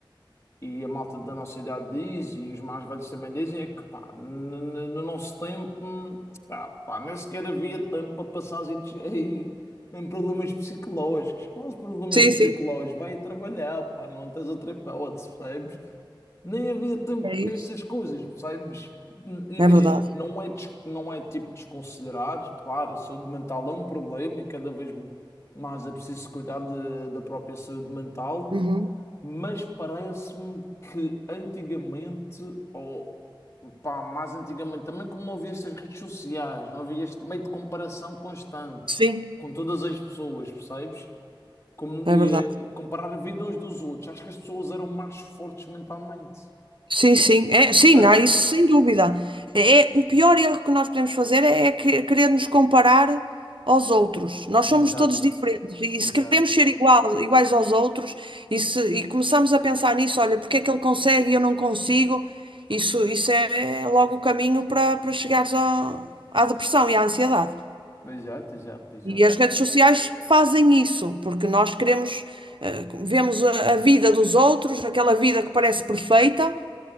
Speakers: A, on the left; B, on the right.
A: e a malta da nossa idade diz, e os mais velhos também dizem, é que pá, no, no- no nosso tempo, hum, ah, pá, nem sequer havia tempo para passar em, em, em problemas psicológicos. Quais problemas
B: Sim,
A: psicológicos?
B: sim,
A: Vai trabalhar, pá, não tens outra hipótese, percebes? Nem havia tempo
B: é isso.
A: para essas coisas, percebes? Imagina,
B: É verdade.
A: não é, des- não é tipo desconsiderar, claro, a saúde mental é um problema e cada vez mais é preciso cuidar de- da própria saúde mental,
B: Uhum.
A: mas parece-me que antigamente, ou pá, mais antigamente também, como não havia estas redes sociais, não havia este meio de comparação constante
B: Sim,
A: com todas as pessoas, percebes? Como,
B: é
A: eh,
B: verdade.
A: comparar a vida uns dos outros, acho que as pessoas eram mais fortes mentalmente.
B: Sim, sim, é, sim,
A: Sabes?
B: há isso sem dúvida. É, é- o pior erro que nós podemos fazer é, é que- querer nos comparar aos outros. Nós
A: Exato,
B: somos todos diferentes e
A: exato,
B: se queremos ser igual, iguais aos outros e, se, e começamos a pensar nisso, olha, porque é que ele consegue e eu não consigo, isso, isso é, logo o caminho para, para chegares à, à depressão e à ansiedade.
A: exato, exato, exato.
B: E as redes
A: E,
B: sociais fazem isso, porque nós queremos, eh, vemos a, a vida dos outros, aquela vida que parece perfeita,